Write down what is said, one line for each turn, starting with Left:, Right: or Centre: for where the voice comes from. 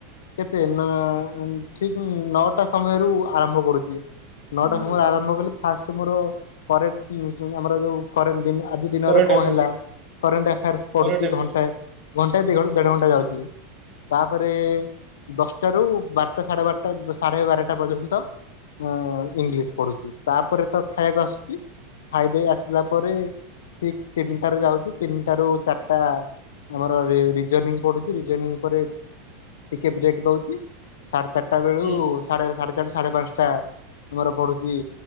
Left: କେତେ ନଅ ଠିକ ନଅଟା ସମୟରୁ ଆରମ୍ଭ କରୁଛି। ନଅଟା ସମୟରୁ
Right: ହୁଁ।
Left: ଆରମ୍ଭ କଲେ ଫାଷ୍ଟ ମୋର କରେଣ୍ଟ ଯୋଉ ଆମର ଯୋଉ କରେଣ୍ଟ ଯୋଉ ଆଜି ଦିନର।
Right: କରେଣ୍ଟ
Left: କଣ
Right: ଆଫେୟାର୍ସ
Left: ହେଲା କରେଣ୍ଟ ଆଫେୟାର୍ସ ପଢୁଛି
Right: କରେଣ୍ଟ ଆଫେୟାର୍ସ
Left: ଘଣ୍ଟାଏ ଘଣ୍ଟାଏ ରୁ ଦେଢ ଘଣ୍ଟା ଯାଉଛି।
Right: ହୁଁ
Left: ତାପରେ ଦଶଟାରୁ ବାରଟା ସାଢେ ବାରଟା ସାଢେ ବାରଟା ପର୍ଯ୍ୟନ୍ତ ଉଁ ଇଂଲିଶ ପଢୁଛି ତାପରେ ତ ଖାଇବାକୁ ଆସୁଛି। ଖାଇଦେଇ ଆସିଲା ପରେ ଠିକ ତିନିଟାରୁ ଯାଉଛି ତିନିଟାରୁ ଚାରିଟ ଟା ଆମର ରି ରିଯୋନିଂ ପଢୁଛି ରିଯୋନିଂ ପରେ ଟିକେ ବ୍ରେକ୍ ଦଉଛି। ସାଢେ ଚାରିଟା ବେଳୁ
Right: ହୁଁ ହୁଁ
Left: ସାଢେ ସାଢେ ଚାରିଟା ସାଢେ ପାଞ୍ଚଟା ମୋର ପଢୁଛି